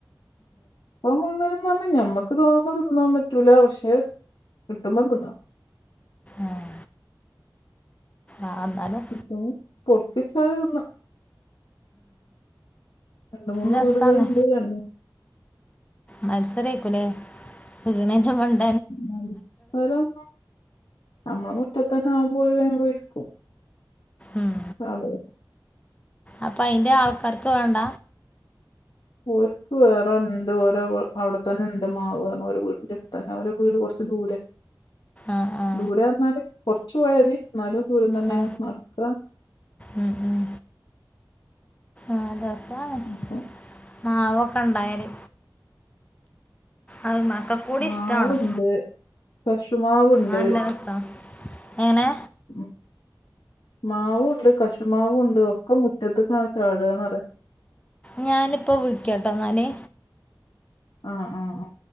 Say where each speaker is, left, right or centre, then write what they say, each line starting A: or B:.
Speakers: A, on the left; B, on the left.
A: എപ്പം മേണെന്നറഞ്ഞാ ഞമ്മക്ക് തോന്നുന്ന തിന്നാൻ പറ്റൂല പക്ഷെ കിട്ടുമ്പം തിന്നാം.
B: ആഹ് ആഹ് എന്നാലും
A: ഇപ്പൊ പൊട്ടിച്ചതിന്ന് രണ്ട് മൂന്ന്
B: രസാണ്
A: വീടുകളുണ്ട് രണ്ട്
B: മത്സരായിക്കൂലേ വീണെന്റെ
A: മത്സരം അമ്മള മുറ്റത്തന്നെ ആവുമ്പോ ഒരു വേപോയി എടുക്കും
B: ആഹ്
A: ആള്
B: അപ്പൊ അയിന്റെ ആൾക്കാർക്ക് വേണ്ട
A: ഓരുക്കും വേറെണ്ട് ഓരോ അവിടത്തന്നെണ്ട് മാവ് അവര് വീടിന്റെ തന്നെ അവര് വീട് കൊറച്ച് ദൂരെ
B: ആഹ് ആഹ്
A: ദൂരം എന്നാല് കൊറച്ചോയതി എന്നാലും ദൂരം തന്നേണ്
B: ആ
A: നടക്ക
B: ഉം ഉം ആഹ് രസാണ്
A: ഇപ്പം
B: മാവൊക്കെ ഇണ്ടായല് അത് മെക്കൊ കൂടി
A: മാവുണ്ട്
B: ഇഷ്ടാവണം
A: കശുമാവുണ്ട്
B: നല്ല രസാ എങ്ങനെ
A: ഉം മാവുവുണ്ട് കശുമാവുവുണ്ട് ഒക്കെ മുറ്റത്ത്കാണ് ചാടുന്നറിയ
B: ഞാനിപ്പൊ വിളിക്കാട്ടൊ എന്നാല്
A: ആഹ് ആഹ് ആഹ്